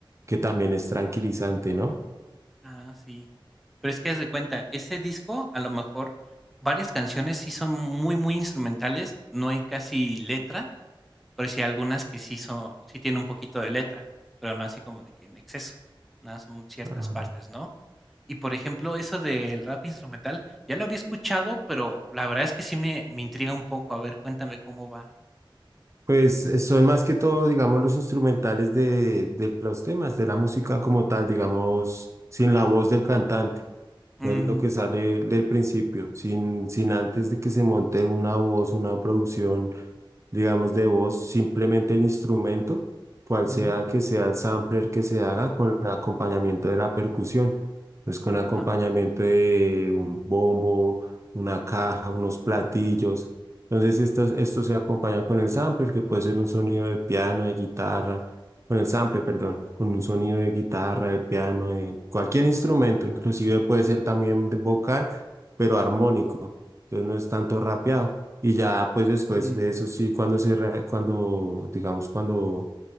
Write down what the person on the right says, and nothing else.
que también es tranquilizante, ¿no?
Ah,
Pues eh, son más que todo, digamos, los instrumentales de, de los temas, de la música como tal, digamos, sin la voz del cantante.
No es lo que sale del principio, sin, sin antes de que se monte una voz, una producción, digamos, de voz, simplemente el instrumento, cual
sea que sea el sampler que se haga, con el acompañamiento de la percusión, pues con
acompañamiento de un bombo, una caja, unos platillos. Entonces, estos, estos se acompañan con el sampler, que puede ser un sonido de piano, de guitarra con el sample, perdón, con un sonido de guitarra, de piano, de cualquier instrumento, inclusive puede ser también de vocal, pero armónico, entonces no es tanto rapeado. Y ya pues después
de eso sí, cuando se, re- cuando, digamos, cuando